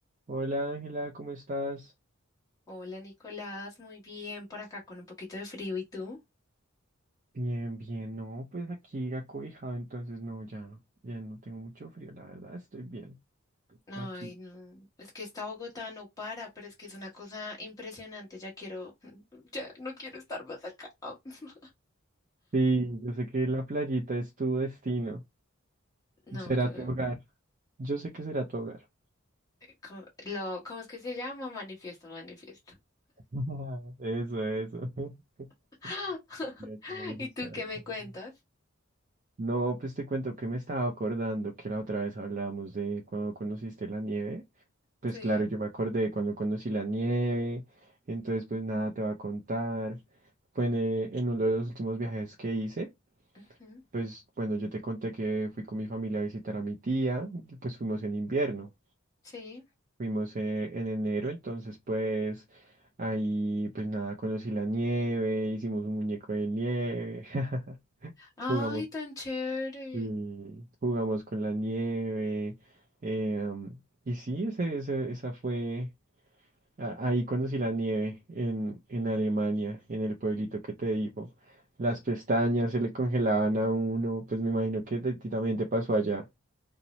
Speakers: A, on the right; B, on the left.
A: Hola Ángela, ¿cómo estás?
B: Hola Nicolás, muy bien por acá con un poquito de frío. ¿Y tú?
A: Bien, bien, no, pues aquí acobijado, entonces no, ya, ya no tengo mucho frío, la verdad, estoy bien
B: Ay,
A: aquí.
B: no, es que esta Bogotá no para, pero es que es una cosa impresionante. Ya quiero, <laughs> ya no quiero estar más acá. <laughs>
A: Sí, yo sé que la playita es tu destino,
B: No,
A: será
B: yo,
A: tu
B: eh,
A: hogar, yo sé que será tu hogar.
B: co- lo, ¿cómo es que se llama? Manifiesto, manifiesto.
A: <laughs> Eso, eso. <laughs>
B: <laughs>
A: Ya, qué manifestar.
B: ¿Y tú qué me
A: qué bueno.
B: cuentas?
A: No, pues te cuento que me estaba acordando que la otra vez hablábamos de cuando conociste la nieve. Pues
B: Sí,
A: claro, yo me acordé de cuando conocí la nieve, entonces pues nada te va a contar. Bueno, eh, en uno de los últimos viajes que hice,
B: ujú,
A: pues bueno, yo te conté que fui con mi familia a visitar a mi tía, y pues fuimos en invierno,
B: sí.
A: fuimos eh, en enero, entonces pues ahí pues nada, conocí la nieve, hicimos un muñeco de nieve, <laughs>
B: Ay,
A: jugamos,
B: tan chévere.
A: sí, jugamos con la nieve, em, y sí, ese, ese- esa fue... A- Ahí conocí la nieve en, en Alemania, en el pueblito que te digo. Las pestañas se le congelaban a uno, pues me imagino que a ti también te pasó allá.